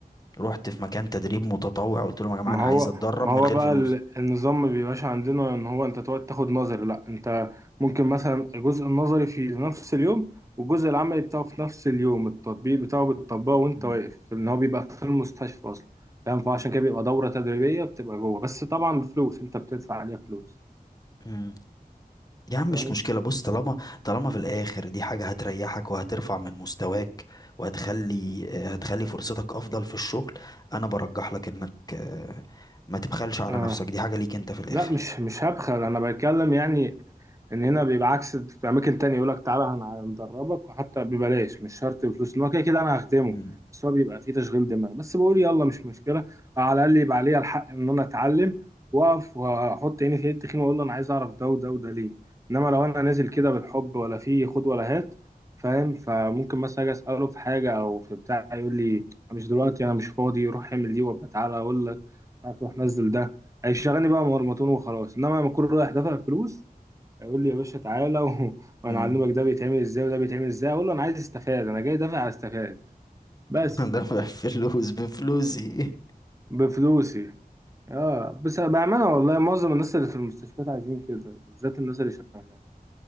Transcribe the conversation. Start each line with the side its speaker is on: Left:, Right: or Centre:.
Left: رحت في مكان تدريب متطوع قلت لهم يا جماعه
Right: ما
Left: انا
Right: هو
Left: عايز اتدرب
Right: ما هو
Left: من غير
Right: بقى
Left: فلوس
Right: ال- النظام ما بيبقاش عندنا ان هو انت تقعد تاخد نظري لا انت ممكن مثلا الجزء النظري في نفس اليوم والجزء العملي بتاعه في نفس اليوم التطبيق بتاعه بتطبقه وانت
Left: مم.
Right: واقف ان هو بيبقى في المستشفى اصلا فاهم فعشان كده بيبقى دورة تدريبية بتبقى جوه بس طبعا بفلوس انت بتدفع عليها فلوس
Left: مم. يا عم
Right: فاهم
Left: مش مشكلة بص طالما طالما في الآخر دي حاجة هتريحك وهترفع من مستواك وهتخلي آه، هتخلي فرصتك أفضل في الشغل أنا برجح لك إنك آه، ما تبخلش على
Right: اه
Left: نفسك دي حاجة ليك أنت في الآخر
Right: لا مش مش هبخل انا بتكلم يعني ان هنا بيبقى عكس في اماكن تانية يقول لك تعالى هن- هندربك وحتى ببلاش مش شرط بفلوس ان هو كده كده انا هخدمه
Left: مم.
Right: بس هو بيبقى فيه تشغيل دماغ بس بقول يلا مش مشكله على الاقل يبقى عليا الحق ان انا اتعلم واقف واحط عيني في التخين واقول له انا عايز اعرف ده وده وده ليه انما لو انا نازل كده بالحب ولا فيه خد ولا هات فاهم فممكن مثلا اجي اساله في حاجه او في بتاع يقول لي مش دلوقتي انا مش فاضي روح اعمل دي وابقى تعالى اقول لك روح نزل ده هيشغلني بقى مرمطون وخلاص انما لما اكون رايح دافع فلوس يقول لي يا باشا تعالى <laughs> و... وانا
Left: مم.
Right: اعلمك ده بيتعمل ازاي وده بيتعمل ازاي اقول له انا عايز استفاد انا جاي دافع استفاد بس
Left: <laughs> أنا بفلوس بفلوسي
Right: بفلوسي اه بس بامانه والله معظم الناس اللي في المستشفيات عايزين كده بالذات الناس اللي شغاله